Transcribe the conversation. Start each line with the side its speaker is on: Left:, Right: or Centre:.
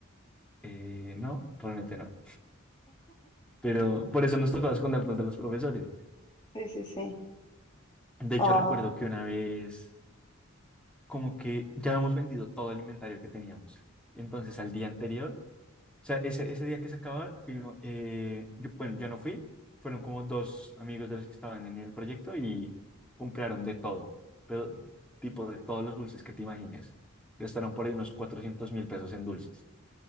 Centre: Eh, no, probablemente no. Pero por eso nos tocaba escondernos de los profesores.
Left: Sí, sí, sí.
Centre: De
Left: Ah,
Centre: hecho, recuerdo que una vez, como que ya habíamos vendido todo el inventario que teníamos. Entonces, al día anterior, O sea, ese, ese día que se acababa, fuimos, eh, yo- bueno, yo no fui, fueron como dos amigos de los que estaban en el proyecto y compraron de todo, pero tipo de todos los dulces que te imagines. Gastaron por ahí unos cuatrocientos mil pesos en dulces.